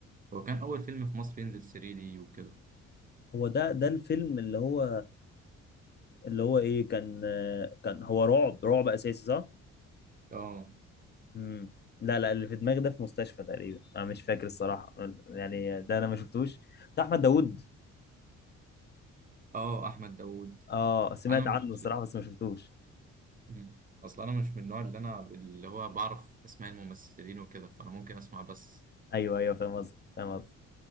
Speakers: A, on the right (about 30°); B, on the left (about 35°).
A: هو كان أول فيلم في مصر ينزل 3 دي وكده
B: هو ده ده الفيلم اللي هو اللي هو ايه كان آه، كان هو رعب رعب اساسي صح
A: اه
B: امم لا لا اللي في دماغي ده في مستشفى تقريبا انا مش فاكر الصراحة يعني ده انا ما شفتوش بتاع احمد داوود
A: اه أحمد داوود
B: اه سمعت
A: أنا مش
B: عنه الصراحة بس ما شفتوش
A: مم. أصل أنا مش من النوع اللي أنا اللي هو بعرف أسماء الممثلين وكده فأنا ممكن أسمع بس
B: ايوه ايوه فاهم قصدك فاهم قصدك